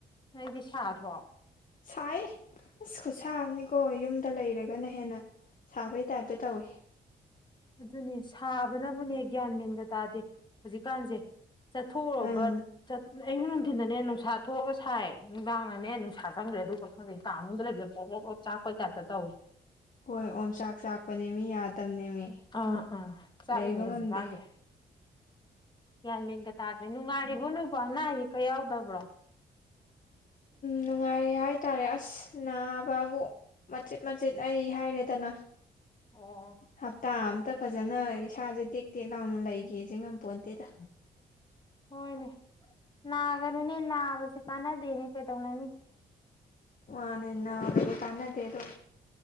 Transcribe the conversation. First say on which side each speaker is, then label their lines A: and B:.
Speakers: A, on the left (about 20°); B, on the left (about 40°).
A: ꯅꯗꯤ ꯁꯥꯗ꯭ꯔꯣ
B: ꯁꯥꯏ ꯑꯁ ꯈꯨꯠꯁꯥꯝꯅꯤꯀꯣ ꯌꯨꯝꯗ ꯂꯩꯔꯒꯅ ꯍꯦꯟꯅ ꯁꯥꯕꯩ ꯇꯥꯏꯞꯇ ꯇꯧꯋꯤ
A: ꯑꯗꯨꯅꯦ ꯁꯥꯕꯅꯕꯨꯅꯦ ꯒ꯭ꯌꯥꯟ ꯃꯦꯟꯒ ꯇꯥꯗꯦ ꯍꯧꯖꯤꯛꯀꯥꯟꯁꯦ ꯆꯠꯊꯣꯛꯑꯕ
B: ꯎꯝ
A: ꯑꯌꯨꯛ ꯅꯨꯡꯊꯤꯟꯗꯅꯦ ꯅꯨꯡꯁꯥ ꯊꯣꯛꯑꯒ ꯁꯥꯏ ꯅꯨꯡꯗꯥꯡꯅꯅꯦ ꯅꯨꯡꯁꯥ ꯆꯪꯗ꯭ꯔꯦ ꯑꯗꯨ ꯈꯛ ꯈꯪꯗꯦ ꯏ ꯀꯥ ꯃꯅꯨꯡꯗ ꯂꯩꯕꯗ ꯄꯣꯛ ꯑꯣ ꯆꯥꯛꯄꯣꯏ ꯇꯥꯇ ꯇꯧꯏꯤ
B: ꯍꯣꯏ ꯑꯣꯝꯆꯥꯛ ꯆꯥꯛꯄꯅꯦ ꯃꯤ ꯌꯥꯗꯕꯅꯦ ꯃꯤ
A: ꯑꯥ ꯑꯥ ꯆꯥꯛꯏꯅꯦ
B: ꯂꯩꯕ
A: ꯍꯧꯖꯤꯛꯀꯥꯟꯁꯦ
B: ꯉꯝꯗꯦ
A: ꯌꯥꯒ꯭ꯌꯥꯟꯃꯦꯟꯒ ꯇꯥꯗ꯭ꯔꯦ ꯅꯨꯡꯉꯥꯏꯔꯤꯕꯣ ꯅꯣꯏꯕꯅꯥ ꯑꯌꯦꯛꯀ ꯌꯥꯎꯗꯕ꯭ꯔꯣ
B: ꯅꯨꯡꯉꯥꯏꯔꯦ ꯍꯥꯏꯇꯥꯥꯔꯦ ꯑꯁ ꯅꯥꯕꯕꯨ ꯃꯆꯤꯠ ꯃꯆꯤꯠ ꯑꯩ ꯍꯥꯏꯔꯦꯗꯅ
A: ꯑꯣ
B: ꯍꯞꯇꯥ ꯑꯝꯇ ꯐꯖꯅ ꯏꯁꯥꯁꯦ ꯇꯦꯛ ꯇꯦꯛ ꯂꯥꯎꯅ ꯂꯩꯒꯦꯁꯦ ꯉꯝꯄꯣꯟꯇꯦꯗ
A: ꯍꯣꯏꯅꯦ ꯅꯥꯒꯅꯨꯅꯦ ꯅꯥꯕꯁꯦ ꯀꯥꯟꯅꯗꯦꯅꯦ ꯀꯩꯗꯧꯅꯅꯤ
B: ꯑꯅꯤꯅꯕꯦ ꯇꯅꯗ ꯑꯗꯨ